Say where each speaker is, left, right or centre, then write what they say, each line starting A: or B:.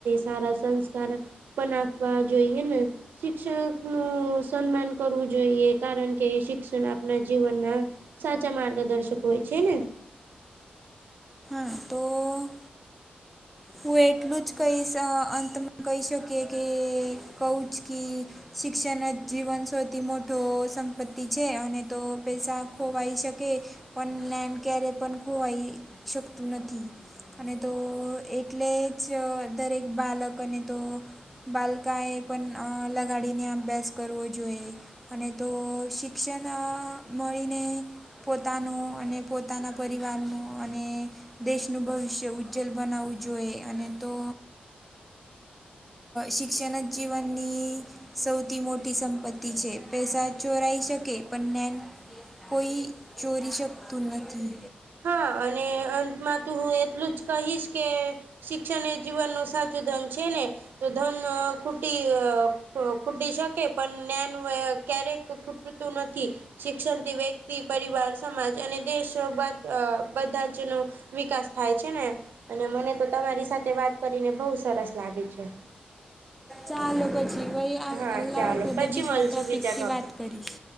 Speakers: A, on the right (about 75°); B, in the centre.
A: સારા સંસ્કાર પણ આપવા જોઈએ ને, શિક્ષક નું સમ્માન કરવું જોઈએ કારણ કે શિક્ષણ આપણા જીવનના સાચા માર્ગદર્શક હોય છે ને.
B: હ તો. હું એટલું જ કહીશ અંતમાં કહી શકીયે કે કહુ જ કી શિક્ષણ જ જીવન સૌથી મોટો સંપત્તિ છે. અને તો પૈસા ખોવાઈ શકે. પણ નેન ક્યારે પણ ખોવાઈ શકતું નથી અને તો એટલે જ દરેક બાળકને તો બાલકા એ પણ લગાડીને અભ્યાસ કરવો જોઈએ. અને તો શિક્ષણ મળીને. પોતાનું અને પોતાના પરિવારનું અને દેશનું ભવિષ્ય ઉજ્જલ બનાવવું જોઈએ. અને‌ તો શિક્ષણ જ જીવનની સૌથી મોટી સંપત્તિ છે. પૈસા ચોરાઈ શકે પણ નેન કોઈ ચોરી શકતું નથી.
A: હા અને અંતમાં તો હું એટલું જ કહીશ કે શિક્ષણ એ જીવનનું સાચું ધન છે. ને તો ધન <unintelligible> ખૂટી શકે પણ જ્ઞાન ક્યારેક ખૂટી ખૂટતું નથી, શિક્ષણથી વ્યક્તિ પરિવાર સમાજ અને દેશ બાદ અ બધા જ નો વિકાસ થાય છે ને. અને મને તો તમારી સાથે વાત કરીને બહુ સરસ લાગે છે.
B: ચાલો પછી ભહી આ
A: હા
B: અલ્લાહ
A: ચાલો
B: ખુદે
A: પછી
B: બિસરા
A: મળશું
B: ટોપિકથી
A: બીજા ટોપિક
B: વાત કરીશ.
A: પર